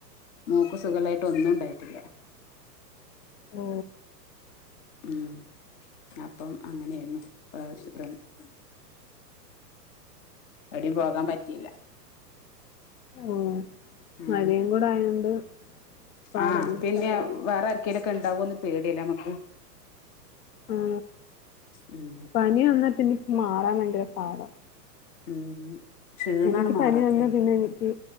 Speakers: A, on the left; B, on the left.
A: മോൾക്ക് സുഖമില്ലായിട്ട് ഒന്നും ഉണ്ടായിട്ടില്ല
B: ഉപ
A: ഉം അപ്പം അങ്ങനെയായിരുന്നു ഇപ്രാവശ്യത്തെ എവിടെയും പോകാൻ പറ്റിയില്ല
B: ഓഹ്
A: ഉം
B: മഴയും കൂടെ ആയോണ്ട് പാടല്ലേ
A: ആഹ് പിന്നെ വേറെ ക്കേലൊക്കെ ഉണ്ടാവോന്ന് പേടിയല്ലേ നമ്മക്ക്
B: ആ
A: ഉം
B: പനിയ വന്നാപ്പിന്നെ മാറാൻ ഭയങ്കര പാടാ
A: ഉം ക്ഷീണാണ്
B: എനിക്ക് പനി
A: മാറാത്തത്
B: വന്ന പിന്നെ എനിക്ക്